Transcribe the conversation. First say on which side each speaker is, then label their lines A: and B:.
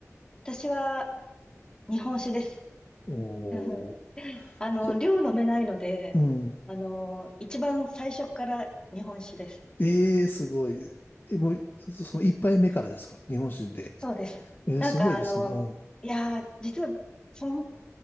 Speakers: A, on the left (about 15°); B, on the left (about 40°).
A: 私は日本酒です。
B: おー。
A: <laughs> あの、
B: そ
A: 量飲めないので、
B: うん。
A: あの、一番最初から日本酒です。
B: ええすごい。え、もう、その一杯目からですか日本酒で。
A: そうです。
B: えーすごいですね。
A: なんかあの、
B: うん。
A: いやー、実は、その、